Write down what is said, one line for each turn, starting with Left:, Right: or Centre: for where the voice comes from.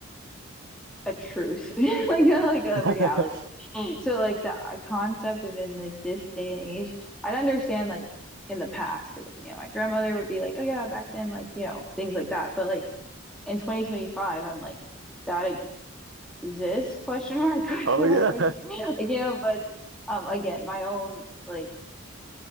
Centre: a truce, <laughs> like a, like a
Right: <laughs>
Centre: reality. So like the uh, concept of in like this day and age, I'd understand like in the past because yeah, my grandmother would be like, oh yeah, back then, like you know things like that. But like in 2025, I'm like that. this question mark <laughs> question
Right: oh
Centre: mark
Right: yeah,
Centre: question mark <laughs> like you know but um again my own like